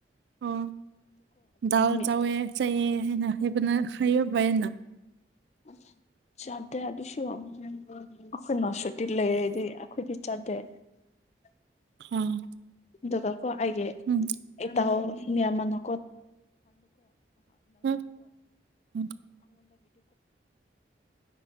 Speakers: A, on the right (about 65°); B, on the left (about 35°).
A: ꯑꯥ ꯗꯥꯜ
B: ꯃꯤ
A: ꯆꯥꯎꯋꯦ ꯆꯩꯌꯦ <unintelligible>
B: <unintelligible> ꯆꯥꯗꯦ
A: ꯑꯥ
B: ꯑꯗꯨꯒꯀꯣ ꯑꯩꯒꯤ
A: ꯎꯝ
B: ꯏꯇꯥꯎ ꯃꯤ ꯑꯃꯅ
A: ꯎꯝ ꯎꯝ